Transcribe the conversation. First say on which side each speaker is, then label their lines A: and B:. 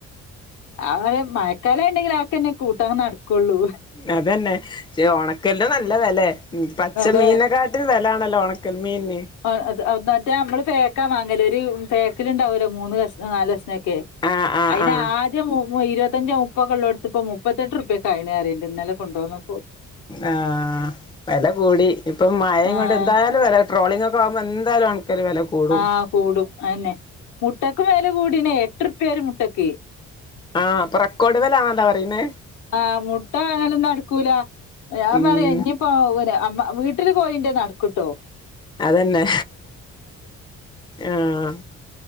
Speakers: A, on the left; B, on the left.
A: അങ്ങനെ മഴക്കാലം ണ്ടെങ്കിൽ ആക്കൊന്നെ കൂട്ടാൻ നടക്കുള്ളൂ
B: അതന്നെ ക്ഷേ ഓണക്കല്ന്റെ നല്ല വെലേ പച്ച
A: നല്ല
B: മീനക്കാട്ടിലും വെല ലാണല്ലോ ഉണക്കൽ മീന്
A: ആ മറ്റേ നമ്മള് പേക്കാ വാങ്ങല് ഒരു പേക്കില്ണ്ടാവല്ലോ മൂന്ന് കഷ്ണോ നാല് കശ്ണോ ക്കെ
B: ആഹ് ആഹ്
A: അയിനാദ്യം
B: ആഹ്
A: ഇരുപത്തഞ്ചോ മുപ്പോക്കള്ളോട്ത്തിപ്പൊ മുപ്പത്തെട്ടുർപ്യെ ക്കായിണ്റയണ്ട് ഇന്നലെ കൊണ്ടോന്നപ്പോ
B: ആ വെല കൂടി ഇപ്പം മഴയും
A: ആഹ്
B: കൊണ്ട് എന്തായാലും വെലേ ട്രോളിംങ്ങൊക്കാവുമ്പോ എന്തായാലും ക്കല് വെല കൂടും
A: ആഹ് കൂടും അയന്നെ മുട്ടക്കും വെല കൂടീണേ എട്ടുർപ്യെ ഒരു മുട്ടക്ക്
B: ആഹ് പ്പ റെക്കോഡ് വെലാണന്നാ പറയുന്നേ
A: ആഹ് മുട്ട വാങ്ങനൊന്നും നടക്കൂല ഞാൻ
B: ഉം
A: പറയാ ഇഞ്ഞി അമ്മ വീട്ടില് കോയിണ്ടേ നടക്കുട്ടോ
B: അതന്നെ ആഹ്